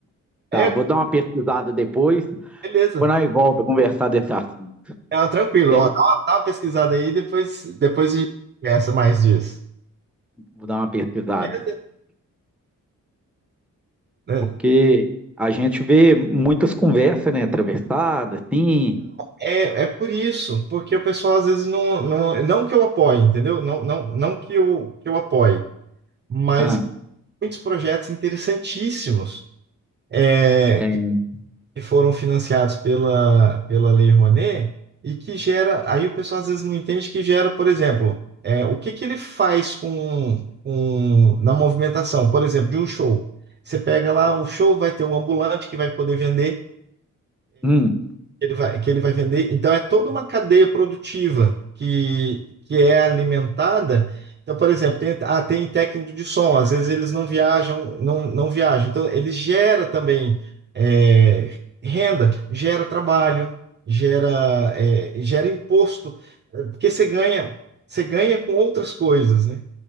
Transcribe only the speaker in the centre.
tá, vou dar uma pesquisada depois,
quando nós volta a conversar desse assunto.
É
Vou dar uma pesquisada.
Porque a gente vê muitas conversas, né? Atravessadas, assim.
Ah,
tem.
Hum,